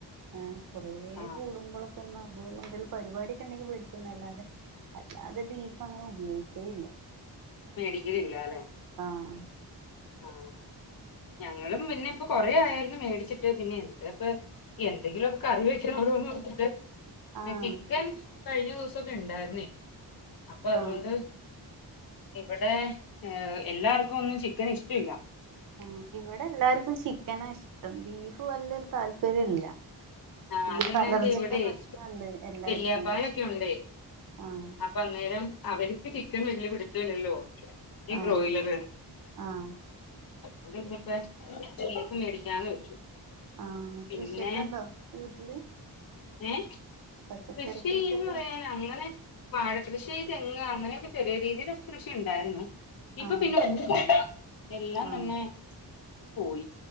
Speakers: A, on the right; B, on the left.
A: ഏ കൊറേ
B: ആ
A: കൂടുമ്പൊളൊ ഒന്നപൂർവന്തെലും പരിവാടിക്കെണ്ടെങ്കി വെട്കുന്നല്ലാതെ അല്ലാ തെ ബീഫ അങ് ഉപയോയിക്കേല്ല
B: മേടിക്കലില്ല അല്ലെ
A: ആഹ്
B: ആ ഞങ്ങളും പിന്നെ ഇപ്പൊ കൊറേ ആയാലും മേടിച്ചിട്ട് പിന്നെ എന്ത് പ്പ എന്തെങ്കിലൊന്ന് കറി വെച്ണോ <unintelligible>
A: ആഹ്
B: ചിക്കൻ കഴിഞ്ഞ ദിവസൊക്കെ ഇണ്ടായിര്ന്നേ. അപ്പൊ അതുകൊണ്ട്
A: ആഹ്
B: ഇവിടെ ഏ എല്ലാർക്കും ഒന്നും ചിക്കൻ ഇഷ്ടവില്ല
A: ആ ഇവിടെ എല്ലാർക്കും ചിക്കന ഇഷ്ടം ബീഫ് വല്ലൊരു താല്പര്യ ഇല്ല
B: ആഹ
A: ബീഫ്
B: <unintelligible>
A: അലർജിന്റെ
B: ഇവിടെ
A: പ്രശ്നണ്ട് എല്ലാർക്കും
B: വെല്യാാപ്പായൊക്കെ ഉണ്ടെയേ
A: ആഹ്
B: അപ്പൊ അന്നേരം അവര് റ്റി ചിക്കൻ വല്യ പിട്ത് ല്ലല്ലോ. ഈ
A: ആഹ്
B: ബ്രോയിലർ
A: ആഹ്
B: അതോണ്ട്ന്ന്പ്പ <unintelligible> ബീഫ് മേടിക്കാന്ന് വെച്ചു
A: ആ
B: പിന്നെ
A: കൃഷിയൊക്കെ ഉണ്ടോ വീട്ടില്?
B: ഏ
A: പച്ചക്കറി
B: കൃഷീന്ന്
A: കൃഷിയൊക്കെ
B: പറയാന അങ്ങനെ വാഴ കൃഷി തെങ് അങ്ങനൊക്കെ ചെറിയ രീതിൽ കൃഷി ഉണ്ടായിരുന്നു ഇപ്പൊ
A: ആഹ്
B: പിന്നെ <unintelligible> എല്ലാം
A: ആഹ്
B: തന്നെ പോയി